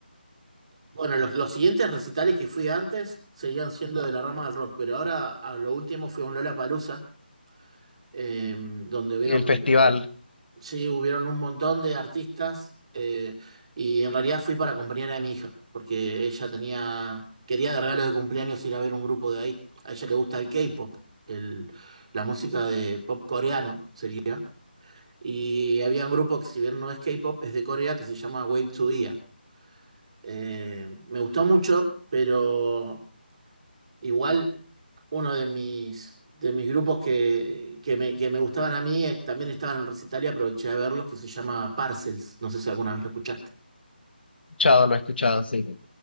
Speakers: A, on the right; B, on the left.
A: Bueno, los, los siguientes recitales que fui antes seguían siendo de la rama del rock, pero ahora a lo último fui a un Lollapalooza, eh, donde hubieron,
B: El festival,
A: sí, hubieron un montón de artistas eh, y en realidad fui para acompañar a mi hija, porque ella tenía, quería de regalo de cumpleaños ir a ver un grupo de ahí. A ella le gusta el K-pop, el- la música de pop coreano sería. Y había un grupo que si bien no es K-pop, es de Corea, que se llama Wave to Ear. Eh, me gustó mucho, pero Igual, uno de mis, de mis grupos que, que me, que me gustaban a mí, eh, también estaban en recital y aproveché de verlos, que se llama Parcels. No sé si alguna vez lo escuchaste.
B: escuchado, lo he escuchado, sí,